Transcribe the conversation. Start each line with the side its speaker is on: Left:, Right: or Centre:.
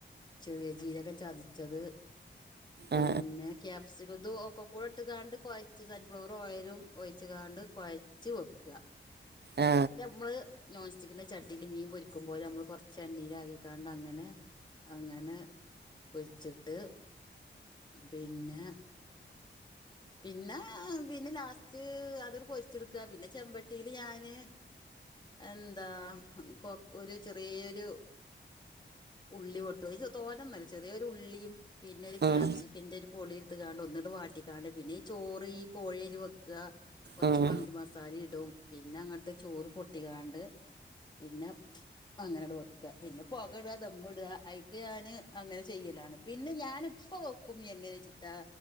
Left: ചെറിയ ജീരകം ചതച്ചത് പിന്നെ
Right: ആ
Left: കാപ്സിക്കം ഇതു ഒക്കെ കൂടെ ഇട്ടിക്കാണ്ട് കൊഴച്ച് സൺഫ്ലവർ ഓയിലും ഒഴച്ച് കാണ്ട് കൊഴ ച്ച് വക്കുക.
Right: ആ
Left: പിന്നെ നമ്മള് നോൺ സ്റ്റിക്കിന്റെ ചട്ടിയില് മീൻ പൊരിക്കുമ്പോലെ നമ്മള് കുറച്ച് എണ്ണീലാക്കിക്കാണ്ട് അങ്ങനെ അങ്ങനെ പൊരിച്ചിട്ട് പിന്നെ പിന്നെ പിന്നെ ലാസ്റ്റ് അതൊരു പൊരിച്ചെടുക്കുക പിന്നെ ചെമ്പട്ടില് ഞാന് എന്താ കൊ ഒരു ചെറിയൊരു ഉള്ളി പൊട്ടു ച് തോന്നോന്നല്ല ചെറിയൊരു ഉള്ളിയും പിന്നെ ഒരു
Right: ആ
Left: ക്യാപ്സിക്കിന്റെ
Right: ഉം.
Left: ഒരു പൊളി എടുത്തക്കാണ്ട് ഒന്നിട്ട് വാട്ടിക്കാണ്ട് പിന്നെ ഈ ചോറ് ഈ കോഴിയില് വെക്കുക, കുറച്ച്
Right: ഉം.
Left: മന്തി മസാല ഇടും പിന്നെ അങ്ങട്ട് ചോറ് കൊട്ടിങ്കാണ്ട് പിന്നെ അങ്ങനെട്‌ വെക്ക പിന്നെ പുക ഇടുക ദമ്മ് ഇടുക അയിക്ക് ഞാന് അങ്ങനെ ചെയ്യലാണ് പിന്നെ ഞാനിപ്പ വെക്കും എങ്ങനെച്ചിട്ടാ